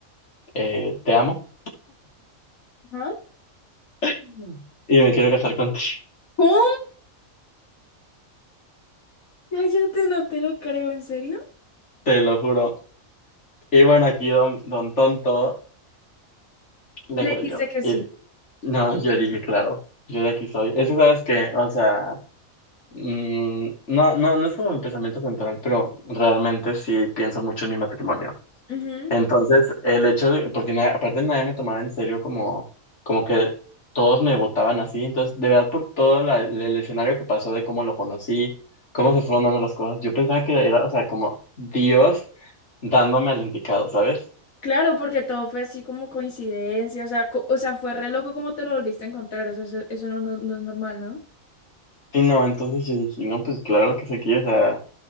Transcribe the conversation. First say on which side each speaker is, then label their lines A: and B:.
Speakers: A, on the left; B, on the left.
A: Eh, te amo
B: ajá.
A: <laughs> y me quiero casar contigo,
B: ¿Cómo? Cállate, no te lo creo, ¿en serio?
A: <laughs> te lo juro. Y bueno, aquí don, don Tonto le
B: Le
A: creyó.
B: dijiste que sí.
A: Y no, yo dije, claro, yo de aquí soy. Es que sabes que, o sea, mm, no, no, no es como mi pensamiento central, pero realmente sí pienso mucho en mi matrimonio.
B: Ujú.
A: Entonces, el hecho de, porque na- aparte nadie me tomaba en serio como, como que todos me votaban así, entonces, de verdad, por todo la- el, el escenario que pasó de cómo lo conocí, cómo se fueron dando las cosas, yo pensaba que era, o sea, como Dios dándome al indicado, ¿sabes?
B: Claro, porque todo fue así como coincidencia, o sea, co- o sea, fue re loco como te lo volviste a encontrar, o sea, eso, eso no, no- no es normal, ¿no?
A: sí no, entonces yo dije, no, pues claro que se quiere, o sea,